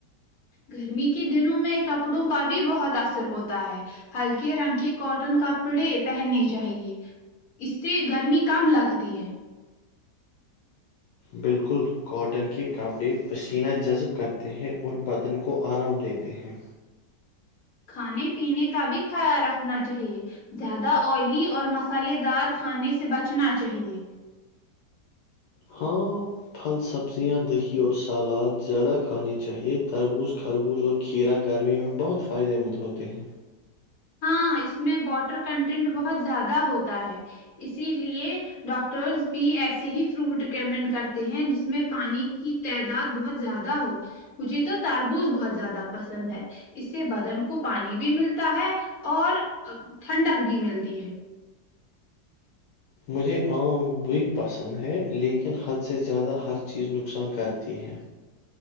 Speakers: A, on the left; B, on the left.
A: گرمی کے دنوں میں کپڑوں کا بھی بہت اثر ہوتا ہے ہلکے رنگ کے کاٹن کپڑے پہننے چاہیے اس سے گرمی کم لگتی ہے
B: بالکل کاٹن کے کپڑے پسینہ جذب کرتے ہیں اور بدن کو آرام دیتے ہیں
A: کھانے پینے کا بھی خیال رکھنا چاہیے زیادہ آئلی اور مسالے دار کھانے سے بچنا چاہیے
B: ہاں پھل سبزیاں دہی اور سلاد زیادہ کھانے چاہیے تربوز کھ خربوز اور کھیرا گرمی میں بہت فائدے مند ہوتے ہیں
A: ہاں اس میں واٹر کنٹینٹ بہت زیادہ ہوتا ہے اسی لیے ڈاکٹرز بھی ایسے ہی فروٹ ریکمینڈ کرتے ہیں جس میں پانی کی تعداد بہت زیادہ ہو مجھے تو تربوز بہت زیادہ پسند ہے اس سے بدن کو پانی بھی ملتا ہے اور ٹھنڈک بھی ملتی ہے
B: مجھے آم بھی پسند ہے لیکن حد سے زیادہ ہر چیز نقصان کرتی ہے